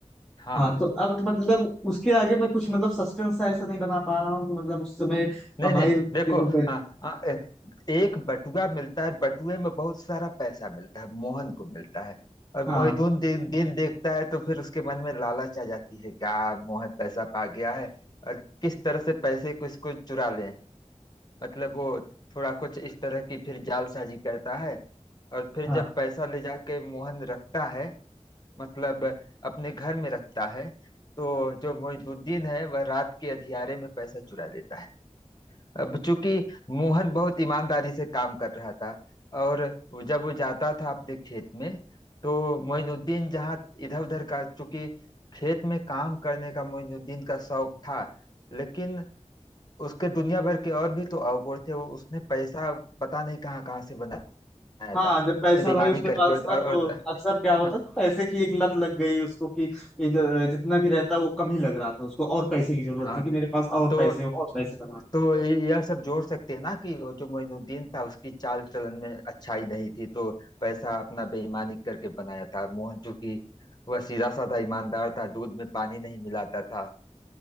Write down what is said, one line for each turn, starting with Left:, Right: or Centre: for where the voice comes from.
Left: हाँ
Centre: हाँ
Left: हाँ
Centre: तो अब मतलब उसके आगे मैं कुछ मतलब सस्पेंस ऐसा नहीं बना पा रहा हूँ कि मतलब उस समय
Left: नहीं
Centre: अब भाई
Left: नहीं
Centre: देखो
Left: देखो
Centre: कर...
Left: आ, आ, ए- एक बटुआ मिलता है बटुए में बहुत सारा पैसा मिलता है मोहन को मिलता है और
Centre: हाँ
Left: मोहिदुन दे, दिन देखता है तो फिर उसके मन में लालच आ जाती है क्या मोहन पैसा पा गया है और किस तरह से पैसे को इसको चुरा लें मतलब वो थोड़ा कुछ इस तरह की फिर जालसाजी करता है और फिर
Centre: हाँ
Left: जब पैसा ले जाके मोहन रखता है मतलब अपने घर में रखता है तो जो मोहिदुद्दीन है वह रात के अंधियारे में पैसा चुरा लेता है अब चूंकि मोहन बहुत ईमानदारी से काम कर रहा था और वो- जब वो जाता था अपने खेत में तो मोइनुद्दीन जहाँ इधर उधर का चूंकि खेत में काम करने का मोइनुद्दीन का शौक था लेकिन उसके दुनिया भर के और भी तो अवगुण थे वो उसने पैसा पता नहीं कहाँ कहाँ से बनाया
Centre: हाँ
Left: था
Centre: जब पैसा
Left: उसने बेईमानी
Centre: भाई उसके
Left: करके
Centre: पास
Left: और,
Centre: था
Left: और,
Centre: तो
Left: और
Centre: अक्सर क्या होता
Left: हाँ,
Centre: था पैसे की एक लत लग गई उसको कि ये ज- जितना भी रहता वो कम ही लग रहा था उसको और पैसे की जरूरत
Left: हाँ
Centre: थी कि मेरे पास और
Left: तो
Centre: पैसे हो और पैसे कमा
Left: तो यह सब जोड़ सकते हैं ना कि वो जो मोइनुद्दीन था उसकी चाल चलन में अच्छाई नहीं थी तो पैसा अपना बेईमानी करके बनाया था मोहन जो कि वह सीधा साधा ईमानदार था दूध में पानी नहीं मिलाता था